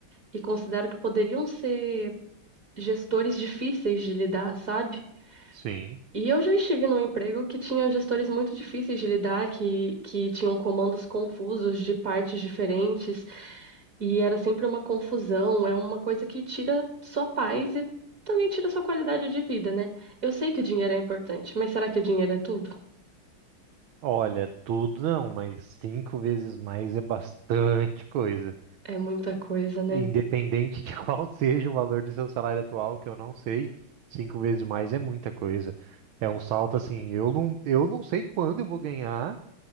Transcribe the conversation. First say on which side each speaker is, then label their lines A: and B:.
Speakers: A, on the right (about 45°); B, on the right (about 80°).
A: e considero que poderiam ser gestores difíceis de lidar, sabe?
B: sim.
A: E eu já estive num emprego que tinha gestores muito difíceis de lidar, que, que tinham comandos confusos de partes diferentes, e era sempre uma confusão, é uma coisa que tira sua paz e também tira sua qualidade de vida, né? Eu sei que o dinheiro é importante, mas será que o dinheiro é tudo?
B: Olha, tudo não, mas cinco vezes mais é bastante coisa.
A: É muita coisa, né?
B: Independente de qual <laughs> seja o valor do seu salário atual, que eu não sei, cinco vezes mais é muita coisa. É um salto assim, eu não, eu não sei quando eu vou ganhar